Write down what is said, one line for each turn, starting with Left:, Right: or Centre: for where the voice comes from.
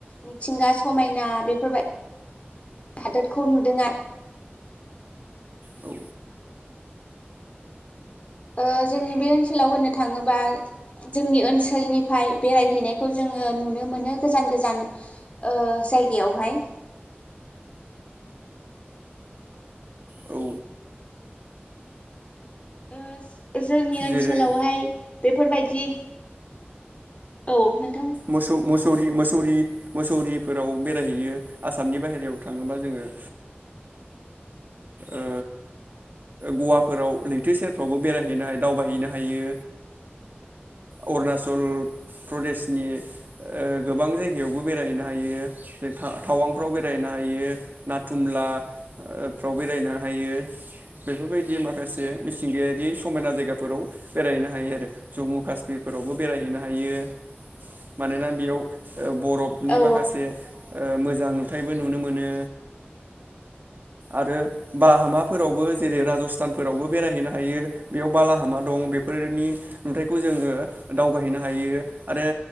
Left: मिथिंगा समायना बेफोरबाय हादोरखौ नुदों आ
Right: औ
Left: ओ जोंनि बे ओनसोलाव होननो थाङोबा जोंनि ओनसोलनिफाय बेरायहैनायखौ जोङो नुनो मोनो गोजान गोजान ओ जायगायावहाय।
Right: औ
Left: ओस जोंनि ओनसोलावहाय
Right: जेरै
Left: बेफोरबायदि औ नों
Right: मोसौ मोसौरि मोस मोसौरि मोसौरिफोराव बेरायहैयो आसामनि बाहेरायाव थाङोबा जोङो ओ ओ गवाफोराव लैथो सेरफ्रावबो बेरायहैनो हायो दावबायहैनो हायो। अरुणाचल प्रदेश नि ओ गोबां जायगायावबो बेरायहैनो हायो। जों टावांफ्राव बेरायहैनो हायो नाथुमलाफ्राव बेरायनो हायो बेफोरबायदि माखासे मिथिंगायारि समायना जायगाफोराव बेरायहैनो हायो आरो जम्मु काश्मिरफोरावबो बेरायहैनो हायो। मानोना बेयाव बरफनि
Left: औ
Right: माखासे मोजां नुथायबो नुनो मोनो आरो बा हामाफोरावबो जेरै राजस्थानफोरावबो बेरायहैनो हायो बेयाव बालाहामा दं बेफोरनि नुथाइखौ जोङो दावबायहैनो हायो। आरो